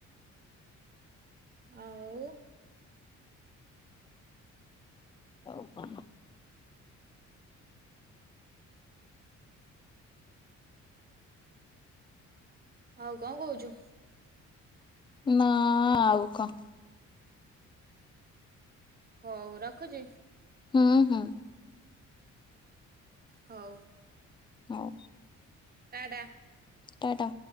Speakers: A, on the right; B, on the left.
A: ଆଉ।
B: ଆଉ କଣ?
A: ଆଉ କଣ କହୁଛୁ?
B: ନା ଆଉ କଁ?
A: ହଉ ରଖୁଛି।
B: ହୁଁ ହୁଁ।
A: ହଉ।
B: ହଉ।
A: ଟା ଟା।
B: ଟା ଟା